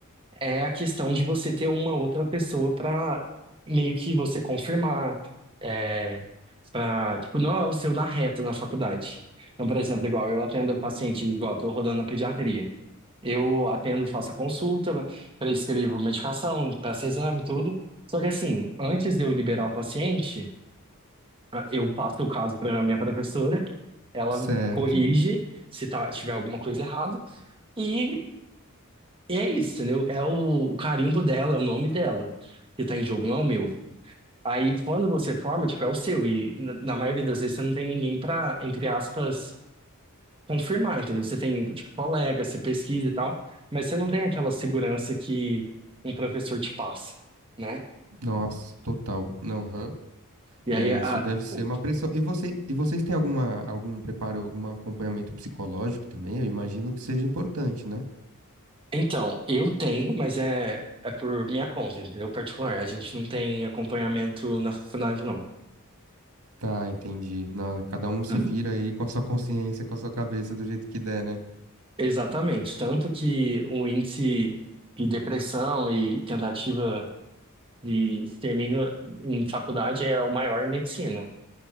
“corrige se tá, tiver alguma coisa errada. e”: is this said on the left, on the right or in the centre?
Right